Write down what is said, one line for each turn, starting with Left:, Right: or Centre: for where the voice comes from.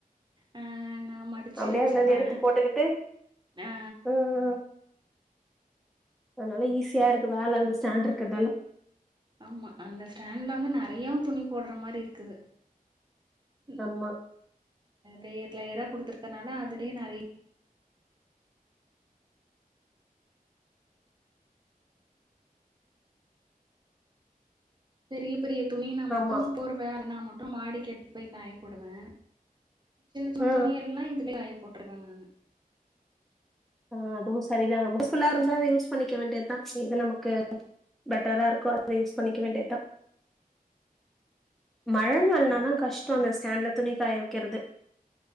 Right: ஆ நா மடிச்சு
Centre: அப்டியே
Right: வச்சிருவே
Centre: அதுல இருந்து எடுத்து போட்டுக்கிட்டு
Right: ஆ
Centre: ம் அதனால ஈஸியா இருக்கு வேல அந்த ஸ்டாண்ட் இருக்குறதால
Right: ஆமா அந்த ஸ்டாண்ட்ல வந்து நெறையாவு துணி போடுற மாரி இருக்குது ம்
Centre: ஆமா
Right: லேயர் லேயரா குடுத்துருக்குறனால அதுலயே நெறை பெரிய பெரிய துணினா மட்டு
Centre: ஆமா
Right: போர்வ அதுனா மட்டு மாடிக்கு எடுத்து போய் காயப்போடுவே சின்ன சின்ன
Centre: ஆ
Right: துணி எல்லா இதுலேயே காயப்போடுருவே நானு
Centre: ஆ அதுவு சரிதா நம்ம யூஸ் ஃபுல்லா இருந்தா அத யூஸ் பண்ணிக்க வேண்டியதுதா இது நமக்கு பெட்டரா இருக்கு அத யூஸ் பண்ணிக்க வேண்டியதா மழ நாள்னா தா கஷ்டோ அந்த ஸ்டாண்ட்ல துணி காய வைக்கிறது